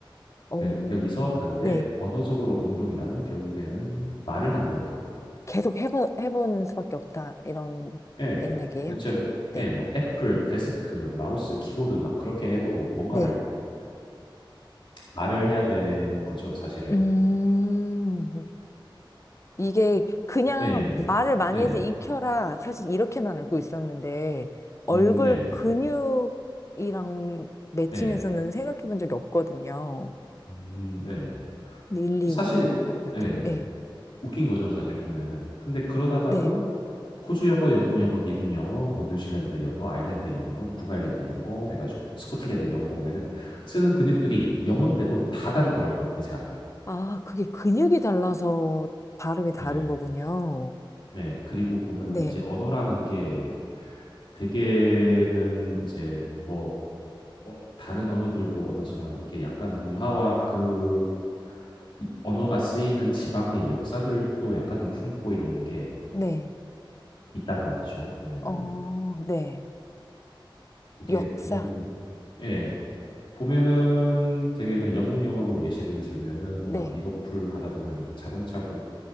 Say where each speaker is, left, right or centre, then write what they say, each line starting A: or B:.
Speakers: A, on the left; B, on the left.
A: 어,
B: 그 여기서 근데
A: 네.
B: 언어적으로 운동이라는 결국에는 말을 하는 거거든요.
A: 계속 해보, 해보는 수밖에 없다. 이런
B: 예,
A: 맥락이에요.
B: 뭐 이제 뭐,
A: 네.
B: 예, 뭐 애플, 데스크, 마우스, 키보드 막 그렇게 해도 뭔가를
A: 네.
B: 말을 해야 되는 거죠, 사실은.
A: 음, 이게 그냥
B: 예,
A: 말을 많이
B: 네네,
A: 해서 익혀라. 사실 이렇게만 알고 있었는데, 얼굴
B: 음, 네네.
A: 근육이랑 매칭해서는
B: 네네.
A: 생각해 본 적이 없거든요.
B: 음, 네네.
A: 일리
B: 사실,
A: 있는 말 같아요.
B: 예,
A: 네.
B: 웃긴 거죠, 사실 보면은. 근데 그러다가도
A: 네.
B: 호주 영어, 영국 영어, 미국 영어, 뭐 뉴질랜드 영어, 아일랜드 영어, 북아일랜드 영어 해가지고 스코틀랜드 영어 보면은 쓰는 근육들이 영어인데도 다 다르더라고요, 미세하게.
A: 아, 그게 근육이 달라서 발음이 다른
B: 예,
A: 거군요.
B: 예. 그리고 보면은
A: 네.
B: 이제 언어라는 게 대개는 이제 뭐 어, 다른 언어들도 언어지만 이게 약간 문화와 그 이- 언어가 쓰이는 지방의 역사들도 약간은 품고 있는 게
A: 네.
B: 있단 말이죠. 보면은
A: 어, 네.
B: 이게
A: 역사.
B: 보면은 예. 보면은 대개는 영국 영어로 예시를 들면은
A: 네.
B: 막 리버풀 하다 보면 막 자동차 공,